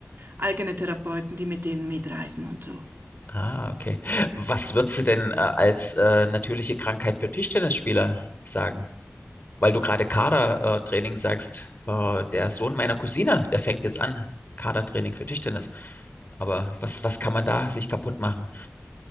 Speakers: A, on the right (about 50°); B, on the left (about 40°).
A: eigene Therapeuten, die mit denen mitreisen und so.
B: Ah, okay. Was würdest du denn äh, als äh, natürliche Krankheit für Tischtennisspieler sagen? Weil du gerade Kadertraining sagst, äh, der Sohn meiner Cousine, der fängt jetzt an, Kadertraining für Tischtennis. Aber was, was kann man da sich kaputt machen?